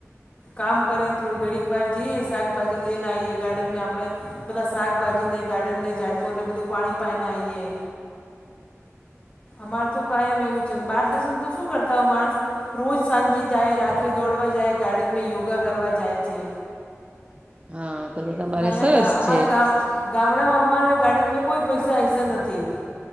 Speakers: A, on the left; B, on the right.
A: કામ કરે થોડી ઘડીકવાર જઈએ ને શાકભાજી લેને આઈએ ગાર્ડન મે આપડે બધા શાકભાજીને ગાર્ડનને ઝાડકોને બધું પાણી પાાયને આવીએ અમારેતો કાયમ એવું છે બાર દેશોમાં તો શું કરતાં હોય માણસ રોજ સાંજે જાય રાત્રે દોડવા જાય ગાર્ડનમાં યોગા કરવા જાય છે
B: હા તો તો તમારે
A: નયા
B: સરસ
A: ગા અમારા
B: છે
A: ગામ ગામડામાં અમારા ગાર્ડનમાં કોઈ પૈસા હૈસા નથી.